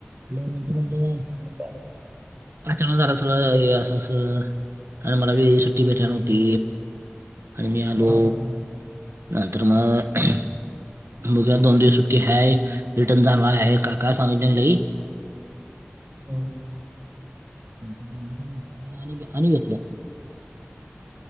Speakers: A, on the right; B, on the right.
A: नंतर म्हणलं.
B: आणि काय
A: अचानक झाल सगळं, हे असं, असं. आम्हाला बी, सुट्टी भेटाया नव्हती. आणि, मी आलो,
B: हा,
A: नंतर मग मग उद्या दोन दिवस सुट्टी आहे, रिटर्न जाणार आहे, काकाला सांगितल्यान लई.
B: हम्म.
A: <unintelligible> आणि, आणि घेतलं.